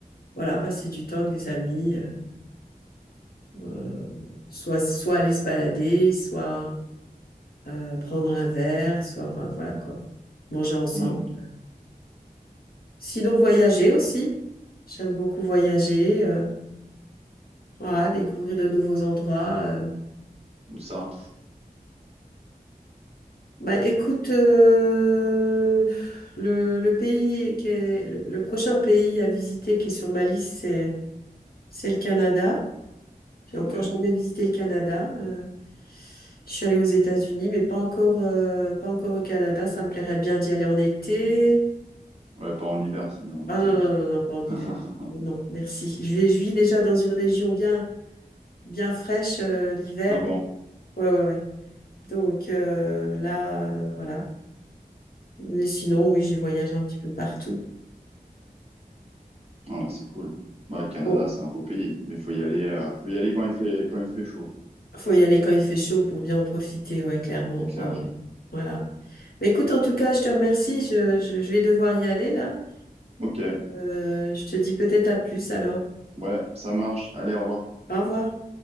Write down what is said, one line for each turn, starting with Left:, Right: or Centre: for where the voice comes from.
Left: voilà, passer du temps avec des amis, euh, euh, soit, soit aller se balader, soit euh, prendre un verre, soit voilà, voilà, quoi, manger ensemble.
Right: hmm.
Left: Sinon, voyager aussi. J'aime beaucoup voyager, euh, voilà, découvrir de nouveaux endroits. euh,
Right: Où ça?
Left: Bah, écoute, euh, le, le pays qui est, le prochain pays à visiter qui est sur ma liste, c'est, c'est le Canada. J'ai
Right: Ok.
Left: encore jamais visité le Canada. Euh, je suis allée aux États-Unis, mais pas encore, euh, pas encore au Canada. Ça me plairait bien d'y aller en été.
Right: Ouais, pas en hiver, c'est mieux en été,
Left: Ah non,
Right: ouais.
Left: non, non, non, pas en hiver.
Right: <laughs>
Left: Non, merci. Je vis, je vis déjà dans une région bien, bien fraîche, euh, l'hiver.
Right: Ah bon?
Left: Ouais, ouais, ouais. Donc euh, là, euh, voilà. Mais sinon, oui, j'ai voyagé un petit peu partout.
Right: Ah, bah, c'est cool. Ouais, le Canada,
Left: Bon,
Right: c'est un beau pays, mais faut y aller, euh, faut y aller quand il fait, quand il fait chaud,
Left: faut y aller quand il fait chaud pour bien en profiter, ouais, clairement.
Right: c'est clair.
Left: Ouais, ouais. Voilà. Mais écoute, en tout cas, je te remercie. Je, je, je vais devoir y aller là.
Right: Ok,
Left: Euh, je te dis peut-être à plus alors.
Right: ouais, ça marche. Allez, au revoir.
Left: Au revoir.